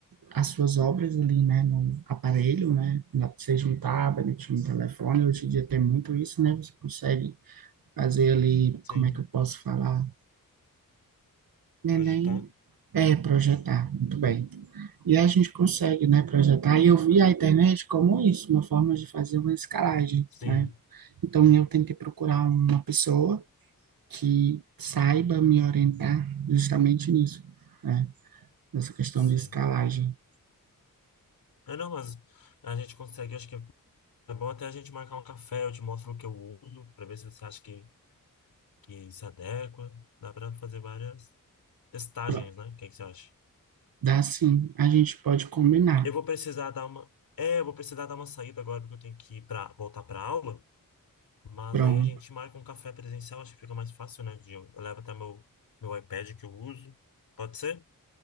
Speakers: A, on the right; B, on the left.
A: as suas obras ali, né, no aparelho, né, na- seja um tablet, um telefone, hoje em dia tem muito isso, né, você consegue fazer ali,
B: sim.
A: como é que eu posso falar? Não
B: Projetar?
A: é nem é projetar, muito bem. E a gente consegue, né, projetar. E eu vi a internet como isso, uma forma de fazer uma escalagem,
B: Sim,
A: né? Então eu tenho que procurar uma pessoa que saiba me orientar justamente nisso, né? Nessa questão
B: sim.
A: de escalagem.
B: Ah, não, mas a gente consegue, acho que é bom até a gente marcar um café, eu te mostro o que eu uso, para ver se você acha que, que se adequa. Dá para fazer várias testagens,
A: Pro-
B: né? O que que você acha?
A: Dá sim, a gente pode combinar.
B: Eu vou precisar dar uma. É, eu vou precisar dar uma saída agora, porque eu tenho que ir para voltar para aula. Mas
A: Pronto,
B: aí a gente marca um café presencial, acho que fica mais fácil, né? de- Eu levo até meu, meu iPad que eu uso. Pode ser?